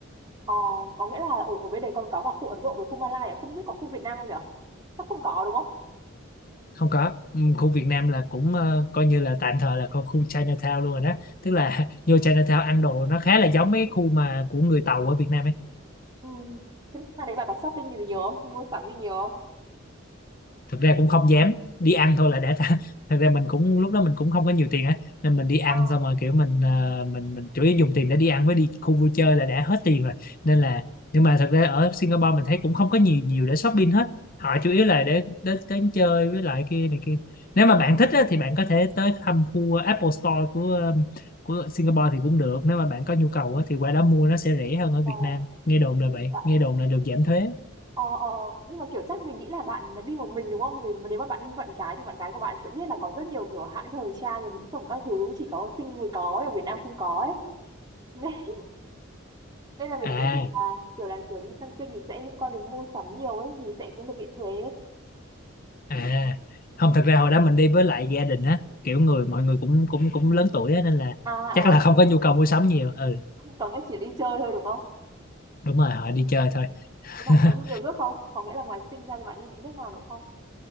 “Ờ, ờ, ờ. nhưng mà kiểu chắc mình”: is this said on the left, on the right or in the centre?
Right